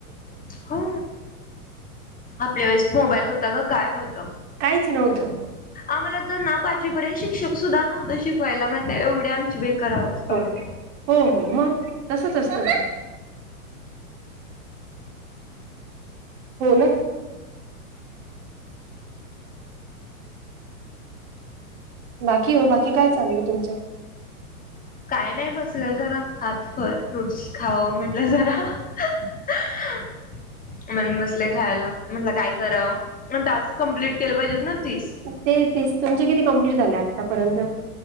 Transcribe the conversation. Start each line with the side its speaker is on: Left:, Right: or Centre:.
Left: हो, आपल्या वेळेस मोबाईल होता ग काय होत.
Right: काहीच नव्हतं.
Left: आम्हाला तर ना पाचवीपर्यंत शिक्षक सुद्धा नव्हत, शिकवायला माहिती एवढे आमची बेकार अवस्था
Right: हो
Left: होते.
Right: हो हो मग तसच असतो. हो ना. बाकी हो बाकी काय चाललं तुमचं.
Left: काय नाही बसलोय जरा, खात फ्रूट्स, खावं म्हटलं जरा.. <unintelligible> म्हण बसलोय खायला, म्हटलं काय करावं, मग टास्क कंप्लीट केलं पाहिजेत ना तीस.
Right: ते तेच, तुमचे किती कंप्लीट झाले आत्तापर्यंत?